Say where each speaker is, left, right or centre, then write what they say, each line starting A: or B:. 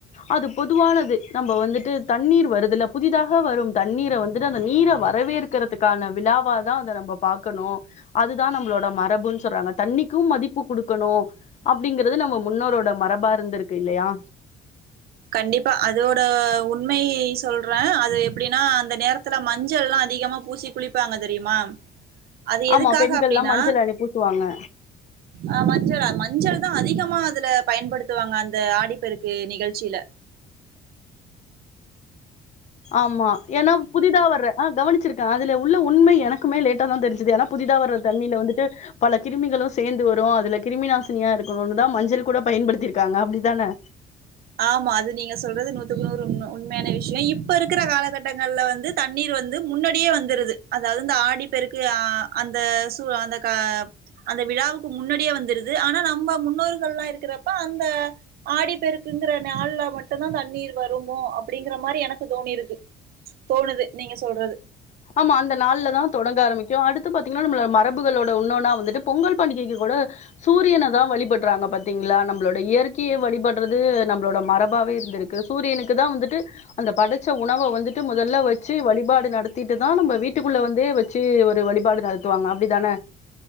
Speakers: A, on the left (about 45°); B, on the right (about 65°).
A: அது பொதுவானது நம்மோ வந்துட்டு தண்ணீர் வருதுல புதிதாக வரும் தண்ணீர வந்துட்டு அந்த நீர வரவேக்கிறதுக்கான விழாவாதா அத நம்ம பாக்கணு அதுதா நம்மளோட மரபுனு சொல்றாங்க தண்ணீக்கும் மதிப்பு குடுக்கணு அப்டிங்கறது நம்ம முன்னோரோட மரபா இருந்துருக்கு இல்லயா
B: கண்டிப்பா அதோட உண்மை சொல்றே அது எப்டினா அந்த நேரத்துல மஞ்சள்ல்லா அதிகமா பூசி குளிப்பாங்க தெரியுமா அது எதுக்காக
A: ஆமா பெண்கள்லா
B: அப்டினா
A: மஞ்சள் அணி பூசுவாங்க
B: அ மஞ்சுளா மஞ்சள் தா அதிகமா அதுல பயன்படுத்துவாங்க அந்த ஆடிப்பெருக்கு நிகழ் சில
A: ஆமா ஏன்னா புதிதா வர்ற அ கவனிச்சிருக்க அதுல உள்ள உண்ம எனக்குமே லேட் ட்ட தா தெரிஞ்சிது ஏனா புதிதா வர்ர தண்ணில வந்துட்டு பல கிருமிகளு சேந்து வரு அதுல கிருமி நாசினியா இருக்குணுன் தா மஞ்சள் கூட பயன்படுத்திருக்காங்க அப்டிதான
B: ஆமா அது நீங்க சொல்றது நூத்துக்கு நூறு உண்ம உண்ம்யான விஷ்யொ இப்ப இருக்குற காலகட்டங்கள்ல வந்து தண்ணீர் வந்து முன்னடியே வந்துருது அதாவ்து இந்த ஆடிப்பெருக்கு அ அந்த சு அந்த க அந்த விழாவுக்கு முன்னடியே வந்துருது ஆனா நம்ப முன்னோர்கல்லா இருக்குறப்ப அந்த ஆடி பெருக்குங்குற நியாள்ல மட்டுந்தா தண்ணீர் வருமோ அப்புடிங்கிற மாரி எனக்கு தோணிருக்கு தோணுது நீங்க சொல்றது
A: ஆமா அந்த நாள்ல தா தொடங்க ஆரம்மிக்கு அடுத்து பாத்தீங்ன்னா நம்ள மரபுகளோட உன்னோன்னா வந்துட்டு பொங்கல் பண்டிகைக்கு கூட சூரியனதா வழிபட்றாங்க பத்தீங்ளா நம்புளோட இயற்கிய வழிபட்றது நம்ளோட மரபாவே இருந்திருக்கு சூரியனுக்கு தா வந்துட்டு அந்த படச்ச உணவ வந்துட்டு முதல்ல வச்சு வழிபாடு நடத் திட்டுதா நம்ப வீட்டுக்குள்ள வந்தே வச்சு ஒரு வழிபாடு நடத்துவாங்க அப்டிதான